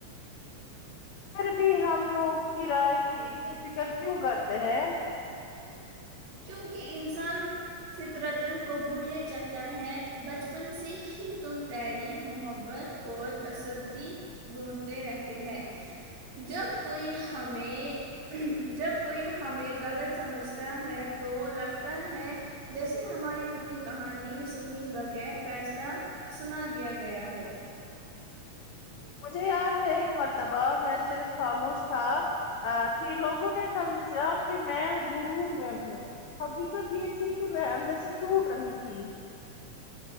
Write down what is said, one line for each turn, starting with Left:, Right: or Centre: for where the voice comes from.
Left: پھر بھی ہم لوگ کرائے کی اتنی فکر کیوں کرتے ہیں
Right: کیونکہ انسان فطرتن قبول یہ چاہتا ہے بچپن سے ہی تم تعریف محبت اور تصدید ڈھونڈتے رہتے ہیں جب کوئی ہمیں جب کوئی ہمیں غلط سمجھتا چاہے تو لگتا ہے جیسے ہماری پوری کہانی سنی بغیر فیصلہ سنا دیا گیا ہو
Left: مجھے یاد ہے ایک مرتبہ میں صرف خاموش تھا تھی لوگوں نے سمجھا کہ میں غرور میں ہوں حقیقت یہ تھی کہ میں اندر سے ٹوٹ رہی تھی